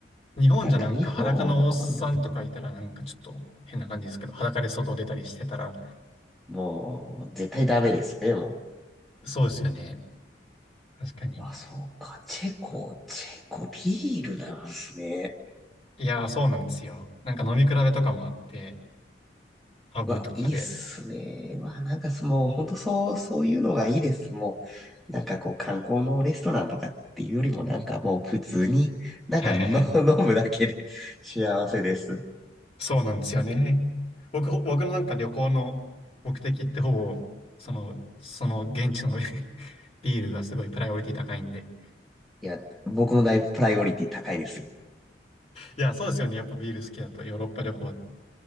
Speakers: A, on the left; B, in the centre.
A: 日本じゃなんか裸のおっさんとかいたらなんかちょっと変な感じですけど、
B: なんか日本だと、
A: 裸で外出たりしてたら、
B: もう絶対ダメですね、も
A: そうですよね。確かに。
B: う。あ、そうか。チェコ、チェコビールなんすね。
A: いやー、そうなんですよ。なんか飲み比べとかもあって、ハブとかで。
B: うわ、いいっすね。うわ、なんかそもう本当そう、そういうのがいいです。もう、なんかこう観光のレストランとかっていうよりもなんかもう普通に、なんかの
A: はいはいはい。
B: <laughs> 飲むだけで幸せです。
A: そうなんですよね。僕、ほ僕のなんか旅行の目的ってほぼ、その、その現地の <laughs> ビールがすごいプライオリティ高いんで。
B: いや、僕のだいぶプライオリティ高いですよ。
A: いや、そうですよね。やっぱビール好きだとヨーロッパ旅行